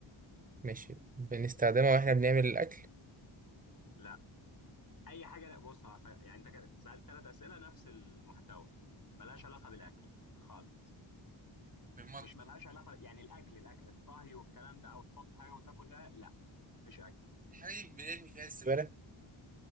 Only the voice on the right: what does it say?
ماشي بنستخدمها وإحنا بنعمل الأكل
في المطبخ
الحاجة دي بنرمي فيها الزبالة